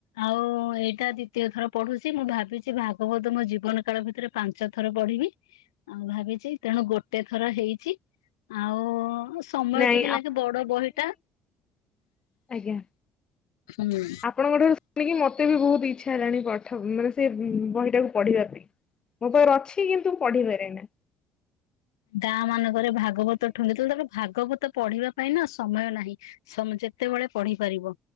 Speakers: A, on the left; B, on the left.
A: ଆଉ ଏଇଟା ଦ୍ଵିତୀୟ ଥର ପଢୁଛି। ମୁଁ ଭାବିଛି ଭାଗବତ ମୋ ଜୀବନ କାଳ ଭିତରେ ପାଞ୍ଚ ଥର ପଢିବି ଆଉ ଭାବିଛି ତେଣୁ ଗୋଟେ ଥର ହେଇଛି ଆଉ ସମୟ
B: ନାଇଁ
A: ଟିକେ ଲାଗେ ବଡ ବହି ଟା
B: ଆଜ୍ଞା।
A: ହୁଁ
B: ଆପଣଙ୍କ ଠାରୁ ଶୁଣିକି ମୋତେ ବି ବହୁତ ଇଚ୍ଛା ହେଲାଣି ପଠ ମାନେ ସେ ବହିଟାକୁ ପଢ଼ିବା ପାଇଁ। ମୋ ପାଖରେ ଅଛି କିନ୍ତୁ ମୁ ପଢିପାରେ ନା।
A: ଗାଁ ମାନଙ୍କରେ ଭାଗବତ ଠୁଙ୍ଗି ତବେଳେ ଭାଗବତ ପଢିବା ପାଇଁ ନା ସମୟ ନାହିଁ ସମ୍ ଯେତେବେଳେ ପଢିପାରିବ।